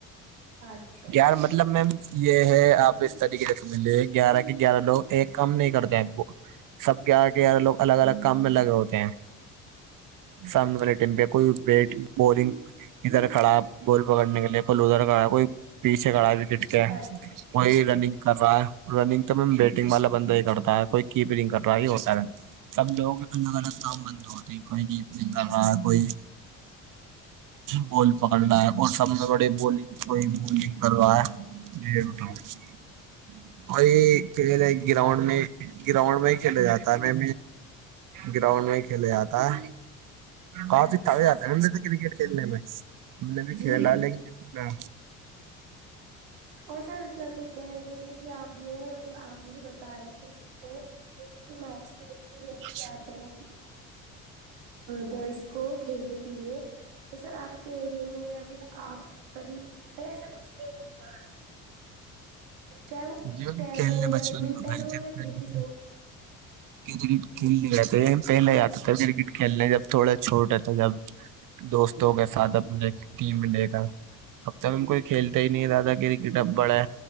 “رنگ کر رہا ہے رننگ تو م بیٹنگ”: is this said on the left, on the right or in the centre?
Right